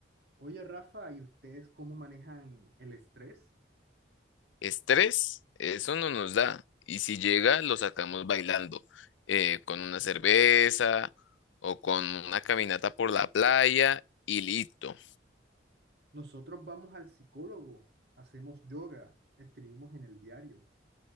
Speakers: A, on the right; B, on the left.
A: Oye, Rafa, ¿y ustedes cómo manejan el estrés?
B: Estrés, eso no nos da. Y si llega, lo sacamos bailando, eh, con una cerveza o con una caminata por la playa y listo.
A: Nosotros vamos al psicólogo, hacemos yoga, escribimos en el diario.